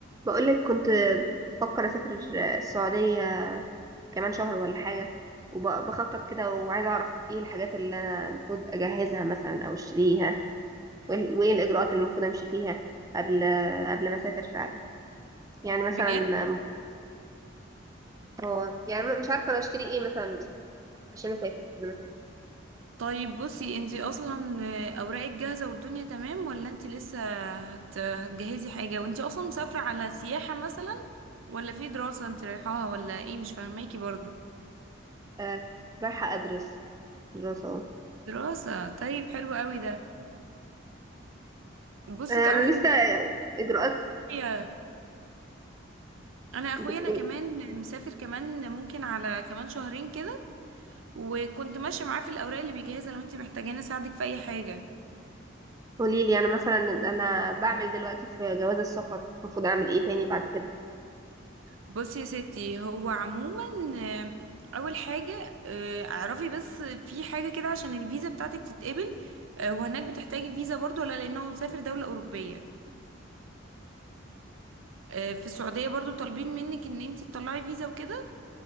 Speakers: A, on the right; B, on the right.
A: بقولك كنت بفكر أسافر السعودية كمان شهر ولا حاجة وبخطط كده وعايزة أعرف إيه الحاجات اللي أنا المفروض أجهزها مثلا أو أشتريها وإيه وإيه الإجراءات اللي المفروض أمشي فيها قبل قبل ما أسافر فعلا يعني مثلا
B: بجد
A: هو يعني مش عارفة أنا أشتري إيه مثلا عشان أسافر قبل ما أسافر
B: طيب بصي انتي اصلا اوراقك جاهزه والدنيا تمام ولا انتي لسه هت... هتجهزي حاجه وانتي اصلا مسافره على سياحه مثلا ولا في دراسه انتي رايحاها ولا ايه مش فاهماكي برضه
A: آه، رايحة أدرس دراسة
B: دراسه طيب حلو قوي ده بصي
A: أنا
B: تعرفي
A: لسه
B: ان انا
A: إجراءات
B: اخويا انا اخويا
A: بتقول
B: انا كمان مسافر كمان ممكن على كمان شهرين كده وكنت ماشيه معاه في الاوراق اللي بيجهزها لو انتي محتاجاني اساعدك في اي حاجه
A: قوليلي أنا مثلا أنا بعمل دلوقتي في جواز السفر المفروض أعمل إيه تاني بعد كده
B: بصي يا ستي هو عموما آه، اول حاجه آه، اعرفي بس في حاجه كده عشان الفيزا بتاعتك تتقبل آه، وهناك بتحتاجي فيزا برضو ولا لانه مسافر دوله اوروبيه آه، في السعوديه برضو طالبين منك ان انتي تطلعي فيزا وكده